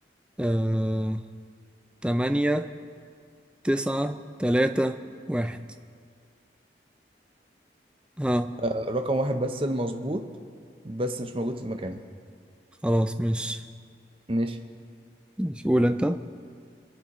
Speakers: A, in the centre; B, on the right.
A: آه تمانية تسعة تلاتة واحد ها
B: آه، رقم واحد بس المظبوط بس مش موجود في مكانه
A: خلاص مش
B: ماشي
A: مش قول أنت